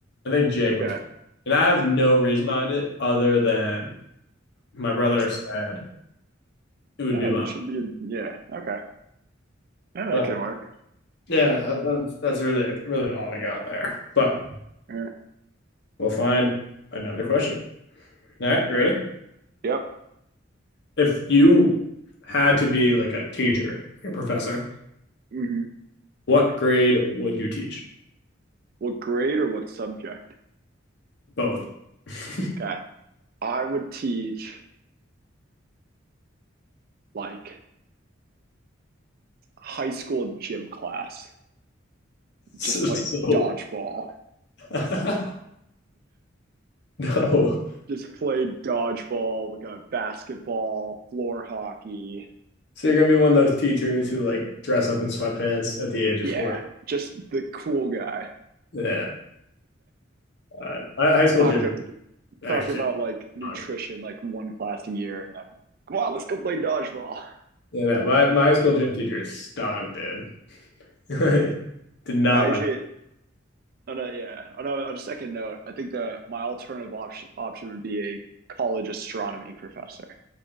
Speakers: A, on the left; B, on the right.
A: I think Jake
B: Okay.
A: works. And I have no reason behind it other than my brother
B: Just,
A: said it would
B: oh,
A: be mine.
B: you should be, a, yeah. Okay. Yeah, that
A: But
B: can work.
A: yeah, that's, that's really, really all I got there. But
B: Yeah.
A: We'll find another question. All right, you ready?
B: Yep.
A: If you had to be like a teacher, like a professor,
B: hmm
A: what grade would you teach?
B: What grade or what subject?
A: Both. <laughs>
B: Okay. I would teach like high school gym class,
A: so,
B: just play
A: so
B: dodgeball
A: lame. <laughs> no. <laughs> so
B: just play dodgeball. We got basketball, floor hockey,
A: you're gonna be one of those teachers who like dress up in sweatpants at the age of
B: Yeah,
A: forty.
B: just the cool guy.
A: Yeah. Uh, my high school
B: Talk
A: gym actually
B: talk about like nutrition,
A: stunk.
B: like one class a year, and then come on, let's go play dodgeball.
A: Yeah, no, my my high school gym teacher stunk, dude. <laughs> Did not
B: I
A: like.
B: actually, on a, yeah, on a, on a second note, I think the my alternative option option would be a college astronomy professor.